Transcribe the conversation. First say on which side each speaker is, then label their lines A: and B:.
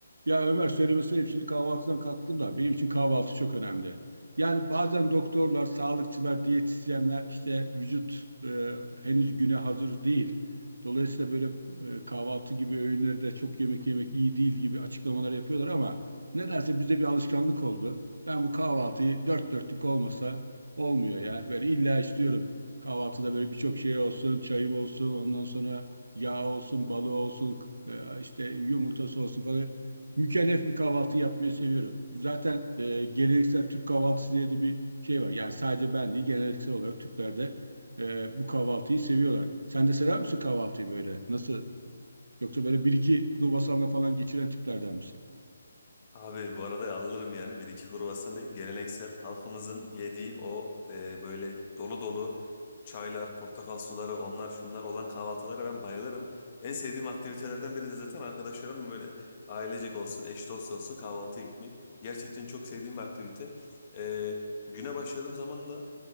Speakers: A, on the right; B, on the left.
A: Ya Ömer söylemesi ayıp. Şimdi kahvaltıdan kalktım da benim için kahvaltı çok önemli. Yani bazen doktorlar, sağlıkçılar, diyetisyenler işte vücut e, henüz güne hazır değil. Dolayısıyla böyle e, kahvaltı gibi öğünleri de çok yemek yemek iyi değil gibi açıklamalar yapıyorlar ama nedense bizde bir alışkanlık oldu. Ben bu kahvaltıyı dört dörtlük olmasa olmuyor ya. Böyle illa istiyorum. Kahvaltıda böyle birçok şey olsun, çayım olsun, ondan sonra yağ olsun, balı olsun, e, işte yumurtası olsun falan mükellef bir kahvaltı yapmayı seviyorum. Zaten e, geleneksel Türk kahvaltısı diye de bir şey var. Yani sadece ben değil, geleneksel olarak Türkler de e, bu kahvaltıyı seviyorlar. Sen de sever misin kahvaltıyı böyle? Nasıl? Yoksa böyle bir iki kruvasanla falan geçiren tiplerden misin?
B: Abi bu arada alırım yani bir iki kruvasan değil. Geleneksel halkımızın yediği o e, böyle dolu dolu çaylar, portakal suları onlar şunlar olan kahvaltılara ben bayılırım. En sevdiğim aktivitelerden biri de zaten arkadaşlarımla böyle ailecek olsun, eş dost olsun kahvaltıya gitmek. Gerçekten çok sevdiğim bir aktivite. E, güne başladığım zaman da